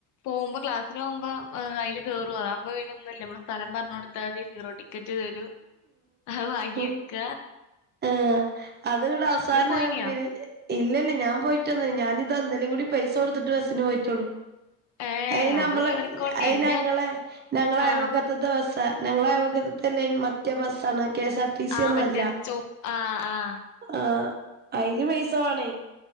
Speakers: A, on the left; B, on the right.
A: പോവുമ്പ ക്ലാസ്സിന് പോവുമ്പ ഏഹ് അയ്ല് കേറ്വ അപ്പൊ പിന്നൊന്നുല്ല മ്മള് സ്ഥലം പർഞ്ഞൊട്ത്താതി സീറോ ടിക്കറ്റ് തരൂ ഹഅ് വാങ്ങ്യക്ക.
B: ഉം ഏഹ് അത്ങ്ങട്ട് അവ്സാന
A: പോയിനിയാ
B: പി ഇല്ല ല്ല ഞാ പോയ്റ്റൊന്നു ഞാനിതാ ഇന്നലിം കൂടി പൈസ കൊട്ത്ത്ട്ട് ബസ്സിന് പോയിറ്റൊള്ളു.
A: ഏ
B: അയ്
A: അത്
B: നമ്മള്
A: കേറിക്കൊണ്ട്
B: അയ്
A: ഇന്റെ
B: ഞങ്ങളെ ഞങ്ങളയൽവക്ക
A: ആ
B: ത്ത്ത്ത ബസ്സാ ഞങ്ങളയൽ വക്കത്ത്ത്തെ ലൈൻ മറ്റേ ബസ്സാണ് K S R. T C
A: ആഹ്
B: ഒന്നും
A: മറ്റേൺ
B: അല്ല.
A: ചോ ആഹ് ആഹ്.
B: ആഹ് അയ്ന് പൈസ വാണയ്.